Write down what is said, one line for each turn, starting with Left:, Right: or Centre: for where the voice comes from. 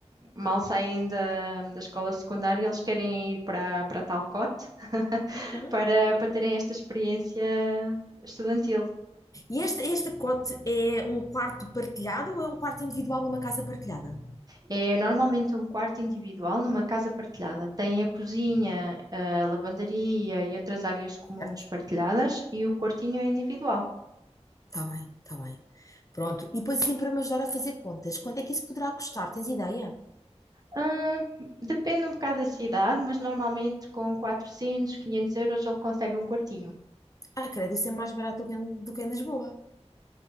Right: mal saem da, da escola secundária, eles querem ir para, para tal cote
Left: Uhum.
Right: para, para terem esta experiência estudantil.
Left: E este, este cote é um quarto partilhado ou é um quarto individual numa casa partilhada?
Right: É normalmente um quarto individual numa casa partilhada. Tem a cozinha, a lavandaria e outras áreas comuns
Left: Certo?
Right: partilhadas e o quartinho é individual.
Left: Está bem, está bem. Pronto. E depois assim para me ajudar a fazer contas. Quanto é que isso poderá custar? Tens ideia?
Right: Ah, depende um bocado da cidade, mas normalmente com 400, 500 euros ele consegue um quartinho.
Left: Ah, credo, isso é mais barato do que em, do que em Lisboa.